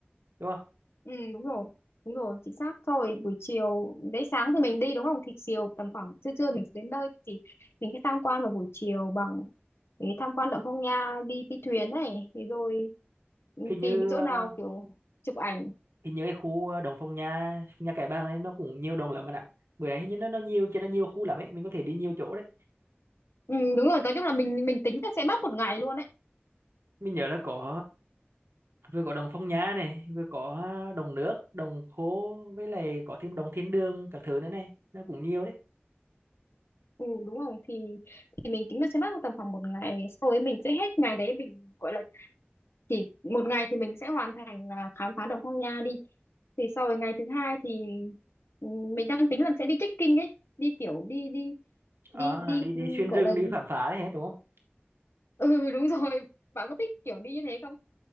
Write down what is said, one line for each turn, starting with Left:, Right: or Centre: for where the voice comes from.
Right: đúng không
Left: ừ đúng rồi đúng rồi chính xác Sau rồi buổi chiều đấy sáng thì mình đi đúng không thì chiều tầm khoảng trưa trưa mình sẽ đến nơi thì mình sẽ tham quan vào buổi chiều bằng để tham quan động Phong Nha đi đi thuyền này thì rồi ừ,
Right: hình như
Left: tìm cái chỗ nào
Right: à,
Left: kiểu chụp ảnh
Right: hình như cái khu à, Đồng Phong Nha Phong Nha Kẻ Bàng này nó cũng nhiều đồng lắm bạn ạ bữa nay hình như nó nó nhiều cho nó nhiều khu lắm ấy mình có thể đi nhiều chỗ đấy
Left: ừ, đúng rồi nói chung là mình mình tính là sẽ mất một ngày luôn đấy
Right: mình nhớ là có vừa có đồng Phong Nhã này vừa có à, đồng nước đồng khố với lại có thêm đồng Thiên Đường các thứ nữa này nó cũng nhiều đấy
Left: ừ đúng rồi thì thì mình tính là sẽ mất tầm khoảng một ngày sau ấy mình sẽ hết ngày đấy mình gọi là chỉ một ngày thì mình sẽ hoàn thành à, khám phá động Phong Nha đi thì sau rồi ngày thứ hai thì ừ, mình đang tính là sẽ đi trekking ấy đi kiểu đi đi
Right: Ờ,
Left: đi đi
Right: đi đi
Left: ừ,
Right: xuyên
Left: gọi
Right: rừng
Left: là
Right: đi khám phá đấy hết đúng không
Left: ừ <laughs> đúng rồi bạn có thích kiểu đi như thế không